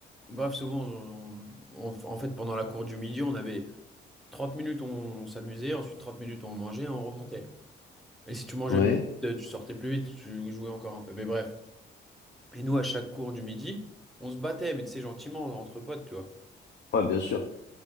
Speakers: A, in the centre; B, on the left.
A: baf, souvent, on- on- en fait, pendant la cour du midi, on avait 30 minutes, on s'amusait, ensuite 30 minutes, on mangeait, et on remontait. Et si tu mangeais
B: ouais,
A: plus vite, euh, tu sortais plus vite, tu jouais encore un peu. Mais bref. Et nous, à chaque cours du midi, on se battait, mais tu sais, gentiment, entre potes, tu vois.
B: ouais, bien sûr.